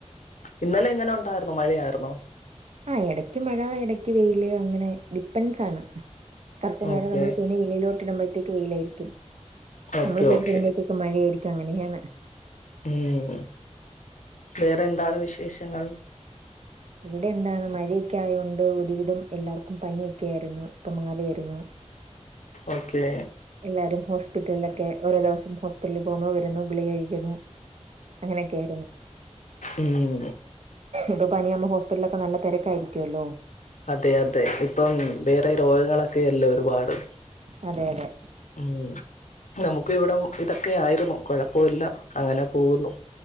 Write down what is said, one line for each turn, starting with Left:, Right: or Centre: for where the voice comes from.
Left: ഇന്നലെ എങ്ങനെ ഉണ്ടായിരുന്നു മഴയായിരുന്നോ?
Right: ആഹ് എടയ്ക്ക് മഴ എടക്ക് വെയില് അങ്ങനെ ഡിപ്പെൻസാണ് കുറച്ച് നേരം
Left: ഓക്കെ
Right: നമ്മള് തുണി വെളിലോട്ട് ഇടുമ്പോഴത്തേക്ക് വെയിലായിരിക്കും.
Left: ഓക്കെ
Right: നമ്മള് കയറി
Left: ഓക്കെ
Right: കഴിയുമ്പോഴത്തേക്ക് മഴയ ആയിരിക്കും അങ്ങനെയാണ്.
Left: ഉം വേറെ എന്താണ് വിശേഷങ്ങൾ
Right: ഇവിടെ എന്താണ് മഴയൊക്കെ ആയൊണ്ട് ഒരുവിധം എല്ലാവർക്കും പനിയൊക്കെ ആയിരുന്നു ഇപ്പൊ മാറി വരുന്നു
Left: ഓക്കെ
Right: എല്ലാരും ഹോസ്പിറ്റലിലൊക്കെ ഓരോ ദിവസം ഹോസ്പിറ്റലിൽ പോകന്നോ വരുന്നു ഗുളിക കഴിക്കുന്നു അങ്ങനെയൊക്കെ ആയിരുന്നു
Left: ഉം
Right: ഇപ്പൊ പനിയാവുമ്പോ ഹോസ്പിറ്റലിലൊക്കെ നല്ല തിരക്കായിരിക്കുവല്ലോ
Left: അതെ അതെ ഇപ്പം വേറെ രോഗങ്ങളൊക്കെല്ലേ ഒരുപാട്
Right: അതെ അതെ
Left: ഉം നമുക്ക് ഇവിടെം ഇതൊക്കെ ആയിരുന്നു. കൊഴപ്പൊ ഇല്ല. അങ്ങനെ പോകുന്നു